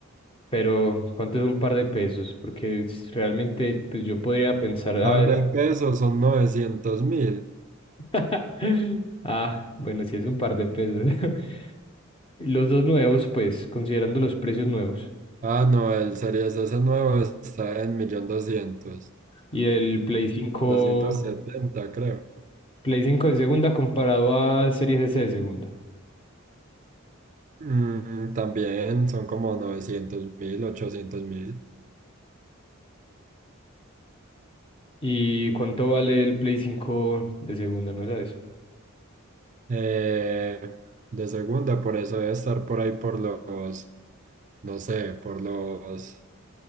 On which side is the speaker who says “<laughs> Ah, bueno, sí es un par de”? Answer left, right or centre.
Left